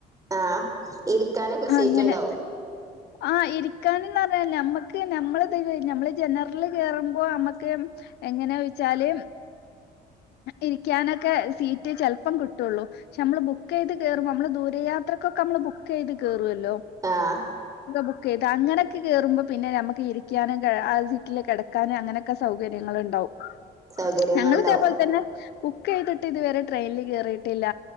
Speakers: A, on the right (about 20°); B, on the left (about 75°).
A: ആഹ ഇരിക്കാനൊക്കെ സീറ്റുണ്ടാവും
B: അങ്ങനെ ആഹ് ഇരിക്കാനന്ന് പറഞ്ഞലു നമ്മക്ക് നമ്മള നമ്മള് ജനറൽ കേയറുമ്പോ നമ്മക്ക് എങ്ങനെന്ന് ചോയിച്ചാല് ഇരിക്കാനൊക്കെ സീറ്റ് ചെലപ്പം കിട്ടുള്ളൂ പക്ഷെ നമ്മള് ബുക്ക് ചെയ്ത് കേറും നമ്മള് ദൂരയാത്രക്കൊക്കെ നമ്മള് ബുക്ക് ചെയ്ത് കയറുവല്ലോ <inaudible>
A: ആഹ്
B: ബുക്ക് ചെയ്ത് അങ്ങനെയൊക്കെ കേയറുമ്പോ പിന്നെ നമുക്ക് ഇരിക്കാനും ആ സീറ്റില് കിടക്കാനും അങ്ങനെയൊക്കെ സൗകര്യങ്ങൾ ഉണ്ടാവും
A: സൗകര്യങ്ങൾണ്ടാവും
B: ഞങ്ങളു ഇതേപോലെ തന്നെ ബുക്ക് ചെയ്തിട്ട് ഇതുവരെ ട്രെയിനിൽ കേയറിയിട്ടില്ല